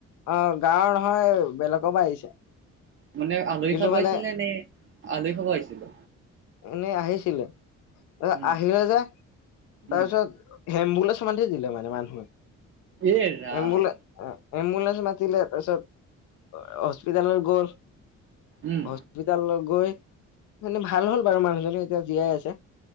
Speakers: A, on the left; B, on the right.
A: অ', গাঁৱৰ নহয় বেলেগৰ পৰা আহিছে',
B: মানে আলহী
A: কিন্তু
B: খাব
A: মানে
B: আহিছিলে নে, নে আলহী খাব আহিছিলো?
A: এনেই আহিছিলে, তাৰ
B: উম
A: আহিলে যে তাৰপিছত
B: উম
A: এম্বুলেন্স মাতি দিলে মানে মানুহে,
B: এ ৰাম
A: এম্বুলে অ এম্বুলেন্স মাত মাতিলে তাছত অ হস্পিতালত গ'ল,
B: উম
A: হস্প স্পিতালত গৈ মানে ভাল হ'ল বাৰু মানুহজনী, এতিয়া জীয়াই আছে।